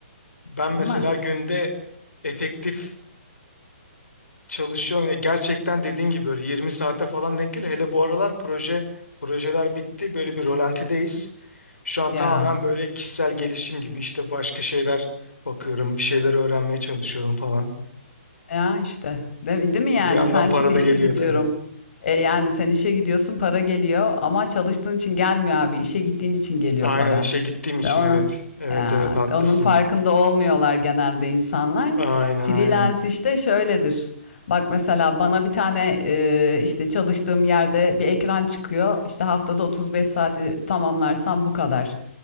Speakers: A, on the left; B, on the left.
A: Ben
B: Değil
A: mesela
B: mi?
A: günde efektif çalışıyorum. Ya gerçekten dediğin gibi böyle 20 saate falan denk geliyor. Hele bu aralar proje projeler bitti. Böyle bir rolantideyiz. Şu an
B: Ya
A: tamamen böyle kişisel gelişim gibi işte başka şeyler bakıyorum. Bir şeyler öğrenmeye çalışıyorum falan.
B: Ya, işte. Değil değil mi yani?
A: Bir yandan
B: Sen
A: para
B: şimdi
A: da
B: işe
A: geliyor
B: gidiyorum.
A: tabii.
B: E, yani sen işe gidiyorsun, para geliyor ama çalıştığın için gelmiyor abi. İşe gittiğin için geliyor
A: Aynen
B: para.
A: işe gittiğim için
B: Ve onu,
A: evet. Evet
B: ya,
A: evet haklısın.
B: onun farkında olmuyorlar genelde insanlar.
A: Aynen
B: Freelance
A: aynen.
B: işte şöyledir. Bak mesela bana bir tane e, işte çalıştığım yerde bir ekran çıkıyor. İşte haftada 35 saati tamamlarsam bu kadar.